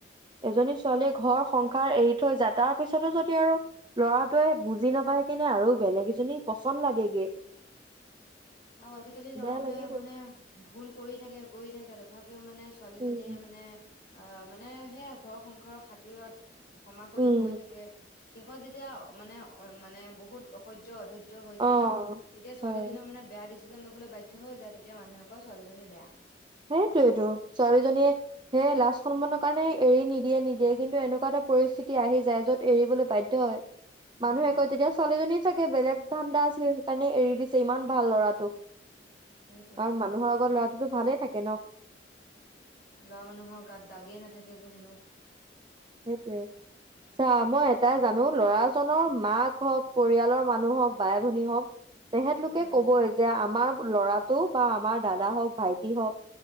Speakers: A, on the right (about 25°); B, on the left (about 60°).
A: এজনী ছোৱালীয়ে ঘৰ সংসাৰ এৰি থৈ যায় তাৰ পিছতো যদি আৰু ল'ৰাটোৱে বুজি নাপায় কিনে আৰু বেলেগ <unintelligible> লাগে গে।
B: অ' আজিকালি ল'ৰাবোলে
A: বেয়া লাগিবই।
B: মানে ভুল কৰি থাকে কৰি থাকে তথাপিও মানে ছোৱালীজনীয়ে
A: উম,
B: মানে মানে সেয়া ঘৰ সংসাৰৰ খাতিৰত ক্ষমা কৰি
A: উম,
B: গৈ থাকে শেষত যেতিয়া মানে অ মানে বহুত অসহ্য অধৈৰ্য। য হৈ
A: অ',
B: যায় ন তেতিয়া ছোৱালীজনীও
A: হয়।
B: মানে বেয়া ডিচিছন লবলৈ বাধ্য হৈ যায় তেতিয়া মানুহে কয় ছোৱালীজনী বেয়া।
A: সেইটোৱেইটো ছোৱালীজনীয়ে হে লাজ সন্মানৰ কাৰণে এৰি নিদিয়ে নিদিয়ে কিন্তু এনেকুৱা এটা পৰিস্থিতি আহি যায় যত এৰিবলৈ বাধ্য হয়।
B: উম
A: মানুহে কয়
B: হয়
A: তেতিয়া ছোৱালীজনী চাগে বেলেগ ধান্দা আছিল সেইকাৰণে এৰি দিছে ইমান ভাল ল'ৰাটোক।
B: সেইটোয়ে
A: কাৰণ মানুহৰ আগৰ ল'ৰাটো ভালে থাকে ন।
B: ল'ৰা মানুহৰ গাত দাগে নাথাকে বহেনো।
A: সেইটোৱে। চা মই এটাই জানো ল'ৰাজনৰ মাক হওঁক, পৰিয়ালৰ মানুহ হওঁক, বাই ভনী হওক তেসেতলোকে
B: উম
A: কবই যে আমাৰ ল'ৰাটোক বা আমাৰ দাদা হওঁক, ভাইটি হওঁক